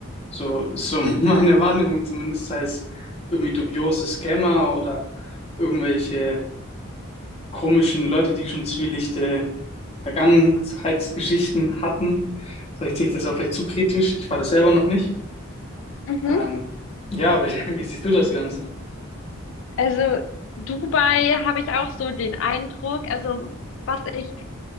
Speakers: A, on the left (about 30°); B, on the left (about 60°).
A: So ist so <laughs> meine Wahrnehmung zumindest, sei es irgendwie dubiose Scammer oder irgendwelche komischen Leute, die schon zwielichte Vergangenheitsgeschichten hatten. Vielleicht sehe ich das auch vielleicht zu kritisch. Ich war das selber noch nicht.
B: Mhm.
A: Ähm, ja, aber <laughs> wie, wie siehst du das Ganze?
B: Also Dubai habe ich auch so den Eindruck, also was ich